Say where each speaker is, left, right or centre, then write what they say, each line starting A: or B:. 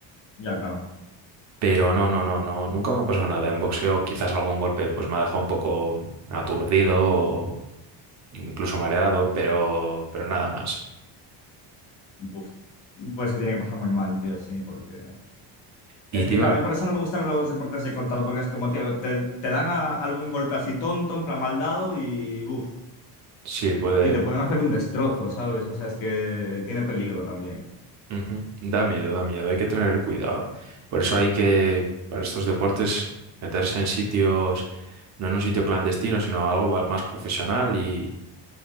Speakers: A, on the left; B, on the right.
A: Ya, claro.
B: pero no, no, no, no, nunca me ha pasado nada. En boxeo quizás algún golpe pues me ha dejado un poco aturdido o incluso mareado, pero, pero nada más.
A: Uf. Pues se tiene que pasar muy mal, tío, sí, porque...
B: Y
A: Es
B: te
A: que,
B: iba,
A: claro, a mí por eso no me gustan los deportes de contacto, porque es como, tío, te, te dan a- algún golpe así tonto, en plan mal dado y buf.
B: sí, puede,
A: Y te pueden hacer un destrozo, ¿sabes? O sea, es que tiene peligro también.
B: Ujú. Da miedo, da miedo, hay que tener cuidado. Por eso hay que, para estos deportes, meterse en sitios, no en un sitio clandestino, sino algo ma- más profesional y,